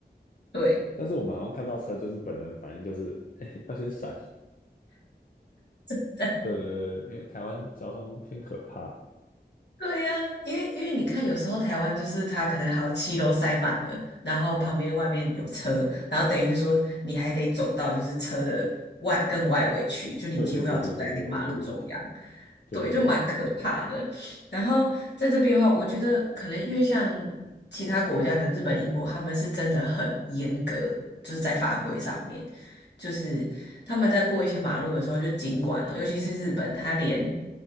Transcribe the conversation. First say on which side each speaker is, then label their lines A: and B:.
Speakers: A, on the left (about 80°); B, on the left (about 50°).
A: 对，
B: 但是我们好像看到车，就是本能反应就是，哎，要先闪。
A: <laughs>
B: 对对对，因为台湾交通偏可怕。
A: 对呀、因为因为你看，有时候台湾就是它可能好七楼塞满了，然后旁边外面有车，然后等于是说你还得走到就是车的外更外围去，就你几乎要走在那个马路中央，
B: 对对对对对对对对对对对，
A: 对，就蛮可怕的。然后在这边的话，我觉得可能因为像其他国家，可能日本、英国，他们是真的很严格，就是在法规上面，就是。他们在过一些马路的时候，就尽管哦，尤其是日本，他连